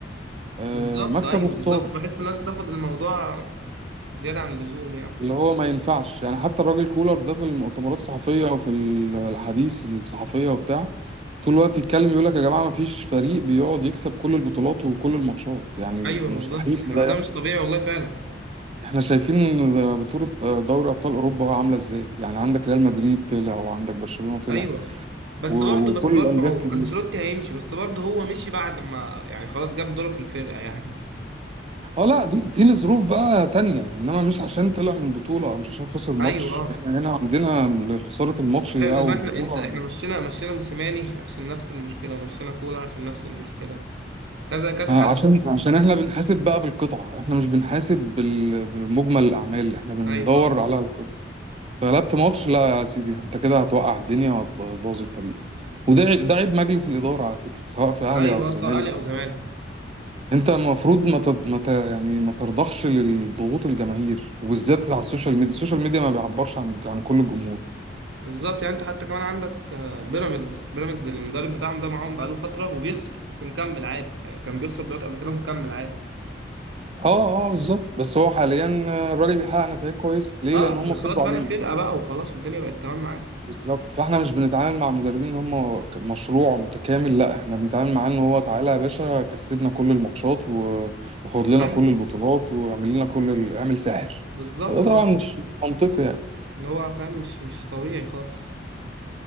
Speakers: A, on the right; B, on the right.
A: آه،
B: بالظبط
A: مكسب
B: ايوه
A: وخسارة
B: بالظبط بحس الناس بتاخد الموضوع زياده عن اللزوم يعني
A: اللي هو ما ينفعش يعني حتى الراجل كولر ده في المؤتمرات الصحفية وفي ال- الحديث الصحفية وبتاع طول الوقت يتكلم يقول لك يا جماعة ما فيش فريق بيقعد يكسب كل البطولات وكل الماتشات يعني
B: ايوه
A: مستحيل
B: بالظبط
A: ان
B: <laughs>
A: ده
B: ده
A: يحصل
B: مش طبيعي والله فعلا
A: احنا شايفين بطولة دوري أبطال أوروبا عاملة ازاي يعني عندك ريال مدريد طلع وعندك برشلونة طلع
B: ايوه بس
A: و-
B: برضه
A: وكل
B: بس برضه
A: الأندية
B: ما هو
A: الكبيرة
B: انشيلوتي هيمشي بس برضه هو مشي بعد ما يعني خلاص جاب دوره في الفرقه يعني
A: اه لا دي دي لظروف بقى تانية انما مش عشان طلع من بطولة او مش عشان خسر ماتش
B: ايوه اه
A: احنا هنا عندنا خسارة الماتش
B: احنا
A: ده
B: بالنسبه
A: او
B: احنا
A: البطولة
B: انت احنا مشينا مشينا موسيماني <laughs> عشان نفس المشكله ومشينا كولر عشان نفس المشكله كذا كذا
A: ما
B: حد
A: عشان
B: برضه.
A: عشان احنا بنحاسب بقى بالقطعة احنا مش بنحاسب بال- بمجمل الأعمال احنا بندور
B: ايوه بالظبط.
A: على القطعة غلبت ماتش لا يا سيدي انت كده هتوقع الدنيا وهتبوظ الفريق وده ع- ده عيب مجلس الإدارة على فكرة سواء في أهلي
B: ايوه
A: أو في
B: آه،
A: زمالك
B: سواء اهلي او زمالك
A: انت المفروض ما ت... ما ت... يعني ما ترضخش للضغوط الجماهير وبالذات على السوشيال ميديا السوشيال ميديا ما بيعبرش عن عن كل الجمهور
B: بالظبط يعني انت حتى كمان عندك آه، بيراميدز بيراميدز المدرب بتاعهم ده معاهم بقاله فتره وبيخسر بس مكمل عادي يعني كان بيخسر بطولات قبل كده ومكمل عادي
A: اه اه بالظبط بس هو حاليا الراجل بيحقق نتائج كويسة ليه
B: اه
A: لأن
B: عشان
A: هم صبروا
B: خلاص بقى
A: عليه
B: انا فرقه بقى وخلاص والدنيا بقت تمام معاه
A: بالظبط فاحنا مش بنتعامل مع المدربين ان هم ك- مشروع متكامل لا احنا بنتعامل معاه ان هو تعالى يا باشا كسبنا كل الماتشات و- وخد لنا
B: ايوه
A: كل البطولات واعمل لنا كل ال... اعمل ساحر
B: بالظبط
A: فده طبعا
B: اه
A: مش منطقي يعني
B: اللي هو فاهم مش مش طبيعي خالص